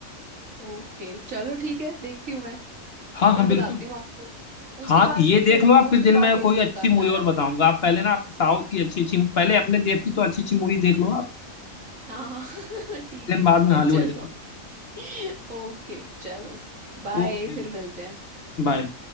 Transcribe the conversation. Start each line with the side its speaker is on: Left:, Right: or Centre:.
Right: ओके चलो ठीक है देखती हूँ मैं
Left: हाँ
Right: फिर
Left: हाँ
Right: बताती
Left: बिल्कुल
Right: हूँ आपको उसके
Left: हाँ
Right: बाद
Left: ये
Right: तो फिर
Left: देख
Right: हाँ
Left: लो आप
Right: उसके
Left: फिर दिन
Right: बाद
Left: में
Right: देखती
Left: कोई अच्छी
Right: हूँ कांतारा
Left: मूवी और बताऊंगा आप पहले ना आपको साउथ की अच्छी अच्छी पहले अपने देश की तो अच्छी अच्छी मूवी देख लो आप
Right: हाँ <laughs> ठीक
Left: दिन
Right: है ठीक
Left: बाद में
Right: है
Left: हॉलीवुड
Right: चलो
Left: देखना
Right: <laughs> ओके चलो बाय
Left: Okay
Right: फिर मिलते हैं
Left: bye